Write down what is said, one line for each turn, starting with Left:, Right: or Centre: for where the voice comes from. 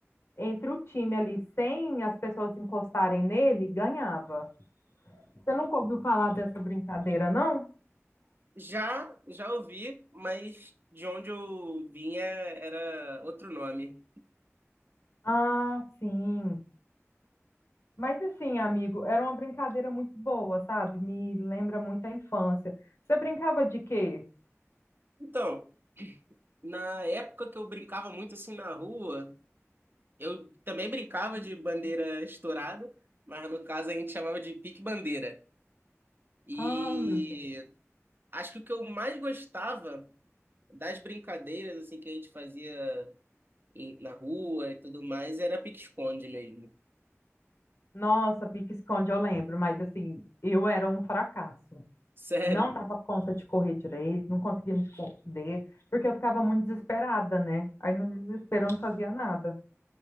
Left: entre o time ali sem as pessoas encostarem nele, ganhava. Você nunca ouviu falar dessa brincadeira, não?
Right: Já, já ouvi, mas de onde eu vinha era outro nome.
Left: Ah, sim. Mas assim, amigo, era uma brincadeira muito boa, sabe? Me lembra muito a infância. Você brincava de quê?
Right: Então, na época que eu brincava muito assim na rua, eu também brincava de bandeira estourada, mas no caso a gente chamava de pique-bandeira. E
Left: Ah, meu Deus.
Right: acho que o que eu mais gostava das brincadeiras assim que a gente fazia em- na rua e tudo mais era pique-esconde mesmo.
Left: Nossa, pique-esconde, eu lembro, mas assim, eu era um fracasso.
Right: <laughs> Sério.
Left: Não dava conta de correr direito, não conseguia me esconder, porque eu ficava muito desesperada, né? Aí no desespero eu não fazia nada.